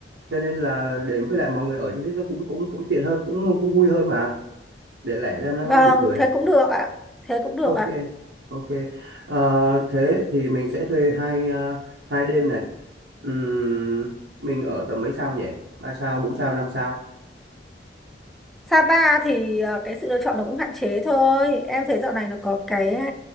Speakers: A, on the right; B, in the centre.
A: cho nên là để với lại mọi người ở như thế nó cũng cũng cũng tiện hơn cũng cũng vui hơn mà để lẻ ra nó
B: Vâng,
A: buồn cười
B: thế cũng được ạ. Thế cũng được
A: ok
B: ạ.
A: ok Ờ, thế thì mình sẽ thuê hai ờ, hai đêm này Ừm, mình ở tầm mấy sao nhỉ ba sao bốn sao năm sao
B: Sapa thì ờ, cái sự lựa chọn nó cũng hạn chế thôi. Em thấy dạo này nó có cái ờ,